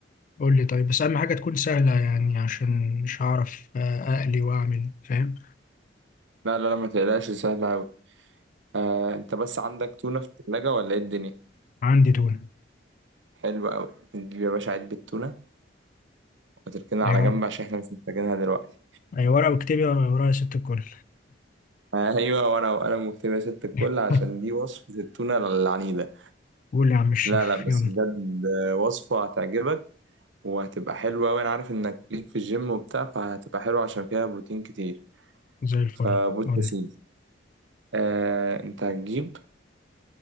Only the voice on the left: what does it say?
قول لي طيب بس اهم حاجه تكون سهله يعني عشان مش هعرف آه، اقلي واعمل فاهم
عندي تونه
ايوه
ايوه ورقه واكتبي ورايا يا ست الكل
<laughs>
قول يا عم الشيف
يلا
زي الفل
قول
لي